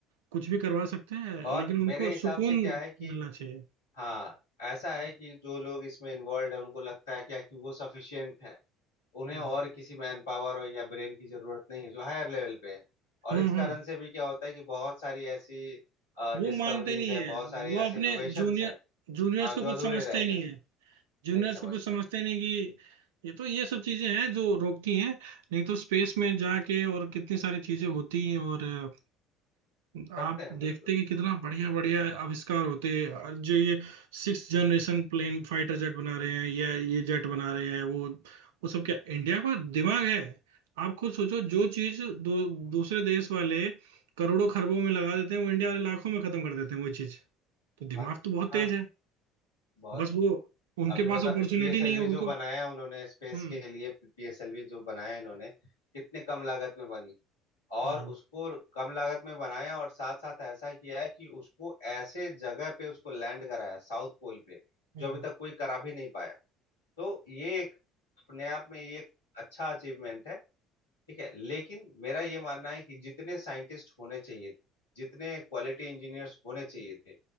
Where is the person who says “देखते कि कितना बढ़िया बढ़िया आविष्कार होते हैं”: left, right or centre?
Right